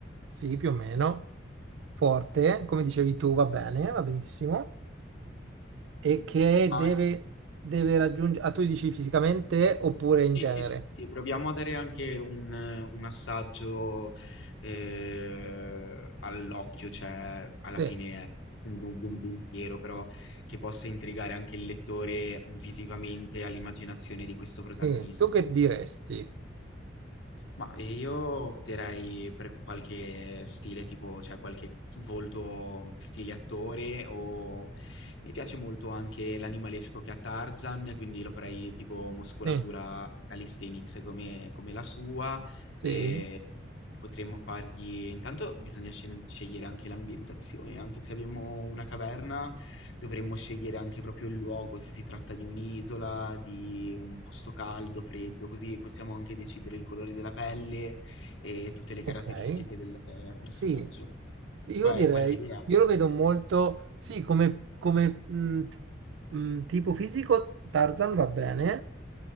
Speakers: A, on the right (about 75°); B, on the left (about 80°).
A: sì, più o meno, forte, come dicevi tu, va bene, va benissimo, e che
B: ma
A: deve, deve raggiungere... Ah, tu dici fisicamente oppure in
B: Sì,
A: genere?
B: sì, sì, sì, proviamo a dare anche un, un assaggio eh, all'occhio, cioè alla
A: Sì.
B: fine è un- di un pensiero, però che possa intrigare anche il lettore visivamente all'immaginazione di questo protagonista.
A: Sì, tu che diresti?
B: Ma ehm, io opterei per qualche stile tipo, cioè qualche volto mhmm, stile attore o mi piace molto anche l'animalesco che ha Tarzan, quindi lo farei tipo muscolatura
A: Sì,
B: calisthenics come, come la sua
A: sì,
B: e potremmo fargli... Intanto bisogna scen- scegliere anche l'ambientazione, anche se abbiamo una caverna. Dovremmo scegliere anche proprio il luogo, se si tratta di un'isola, di un posto caldo, freddo, così possiamo anche decidere il colore della pelle e tutte le caratteristiche
A: ok.
B: del eh, personaggio.
A: Sì, io
B: Qua
A: direi,
B: hai qualche idea?
A: io lo vedo molto, sì, come, come, mh, mh, tipo fisico Tarzan va bene,